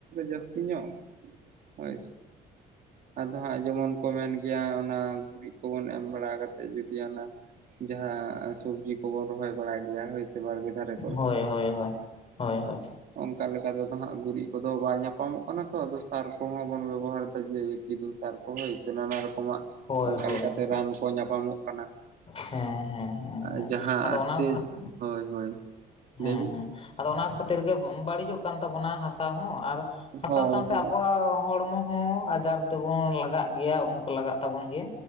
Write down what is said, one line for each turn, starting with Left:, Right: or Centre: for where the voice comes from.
Right: ᱡᱟᱹᱥᱛᱤ ᱧᱚᱜ
Left: <inaudible>
Right: ᱦᱳᱭ ᱟᱫ ᱟᱫᱚ ᱦᱟᱸᱜ ᱡᱮᱢᱚᱱ ᱠᱚ ᱢᱮᱱ ᱜᱮᱭᱟ ᱚᱱᱟ ᱜᱩᱨᱤᱡ ᱠᱚᱵᱚᱱ ᱮᱢ ᱵᱟᱲᱟ ᱠᱟᱛᱮ ᱡᱩᱫᱤ ᱚᱱᱟ ᱡᱟᱦᱟᱸ ᱥᱚᱵᱡᱤ ᱠᱚᱵᱚᱱ ᱨᱚᱦᱚᱭ ᱵᱟᱲᱟᱭ ᱜᱮᱭᱟ ᱦᱚᱭ ᱥᱮ ᱵᱟᱲᱜᱮ ᱫᱷᱟᱨᱮ
Left: ᱦᱳᱭ ᱦᱳᱭ ᱦᱳᱭ ᱦᱳᱭ ᱦᱳᱭ
Right: ᱚᱝᱠᱟ ᱞᱮᱠᱟᱛᱮᱫᱚ ᱦᱟᱸᱜ ᱜᱩᱨᱤᱡ ᱠᱚᱫᱚ ᱵᱟᱭ ᱧᱟᱯᱟᱢᱚᱜ ᱠᱟᱱᱟ ᱛᱚ ᱟᱫᱚ ᱥᱟᱨ ᱠᱚᱦᱚᱸ ᱵᱚᱱ ᱵᱮᱵᱚᱦᱟᱨ ᱫᱟ ᱡᱮ ᱠᱤᱨᱤᱧ ᱥᱟᱨ ᱠᱚ ᱦᱳᱭ ᱱᱟᱱᱟ ᱨᱚᱠᱚᱢᱟᱜ
Left: ᱦᱳᱭ
Right: ᱚᱝᱠᱟ
Left: ᱦᱳᱭ
Right: ᱞᱮᱠᱟᱛᱮ
Left: ᱦᱳᱭ
Right: ᱨᱟᱱ ᱠᱚ ᱧᱟᱯᱟᱢᱚᱜᱼᱟ
Left: ᱦᱮᱸ ᱦᱮᱸ ᱦᱮᱸ
Right: ᱟᱨ
Left: ᱦᱮᱸ
Right: ᱡᱟᱦᱟᱸ
Left: ᱟᱫᱚ
Right: ᱟᱥᱛᱮ
Left: ᱚᱱᱟ ᱠᱷᱟᱹᱛᱤᱨ
Right: ᱦᱳᱭ ᱦᱳᱭ
Left: ᱦᱮᱸ
Right: ᱞᱟᱹᱭ ᱵᱤᱱ
Left: ᱦᱮᱸ ᱟᱫᱚ ᱚᱱᱟ ᱠᱷᱟᱹᱛᱤᱨ ᱜᱮ ᱵᱟᱹᱲᱤᱡᱚᱜ ᱠᱟᱱ ᱛᱟᱵᱚᱱᱟ ᱦᱟᱥᱟ ᱦᱚᱸ ᱟᱨ ᱦᱟᱥᱟ
Right: ᱦᱳᱭ
Left: ᱥᱟᱶᱛᱮ
Right: ᱦᱳᱭ
Left: ᱟᱵᱚᱣᱟᱜ ᱦᱚᱲᱢᱚ ᱦᱚᱸ ᱟᱡᱟᱨ ᱛᱮᱵᱚᱱ ᱞᱟᱜᱟᱜ ᱜᱮᱭᱟ ᱚᱝᱠᱟ ᱞᱟᱜᱟᱜ ᱛᱟᱵᱚᱱ ᱜᱮᱭᱟ